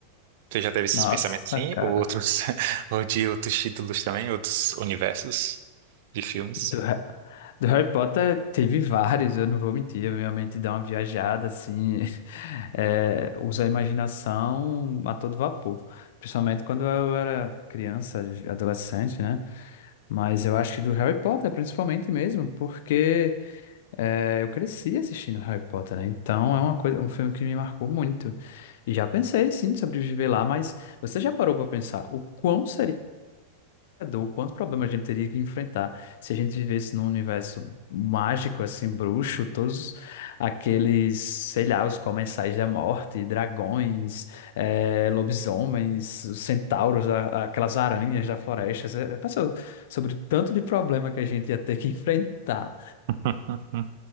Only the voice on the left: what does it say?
Nossa,
cara.
Do, Ha- do Harry Potter teve vários, eu não vou mentir. Eu realmente dá uma viajada, assim. <laughs> É, usa a imaginação a todo vapor. Principalmente quando eu era criança, adolescente, né? Mas eu acho que do Harry Potter, principalmente mesmo, porque é, eu cresci assistindo Harry Potter, né? Então é uma coisa, um filme que me marcou muito. E já pensei, sim, sobre viver lá, mas você já parou para pensar o quão seria o quanto problema a gente teria que enfrentar se a gente vivesse num universo mágico, assim, bruxo, todos aqueles, sei lá, os comensais da morte, dragões, eh, lobisomens, os centauros, a- aquelas aranhas da floresta. Você Pensou sobre o tanto de problema que a gente ia ter que <laughs> enfrentar.